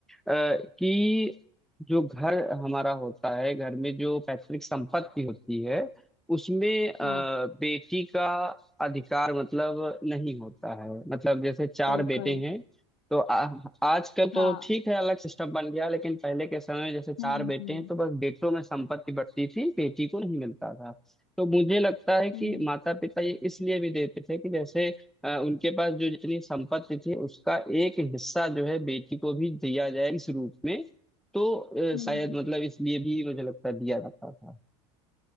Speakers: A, in the centre; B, on the left (about 75°).
A: कि जो घर हमारा होता है घर में जो पैतृक संपत्ति होती है उसमें अ,
B: हाँ
A: बेटी का अधिकार मतलब नहीं होता है मतलब जैसे चार
B: बिल्कुल
A: बेटे हैं तो आ- आजकल तो
B: हाँ
A: ठीक है अलग सिस्टम बन गया लेकिन पहले के समय में जैसे चार
B: हम्म
A: बेटे
B: हम्म
A: हैं तो बस बेटों में संपत्ति बढ़ती थी बेटी को नहीं मिलता था तो मुझे लगता है कि
B: हम्म
A: माता पिता ये इसलिए भी देते थे कि जैसे अ, उनके पास जो जितनी संपत्ति थी उसका एक हिस्सा जो है बेटी को भी दिया जाए इस रूप में तो अ,
B: हम्म
A: शायद मतलब इसलिए भी मुझे लगता है दिया जाता था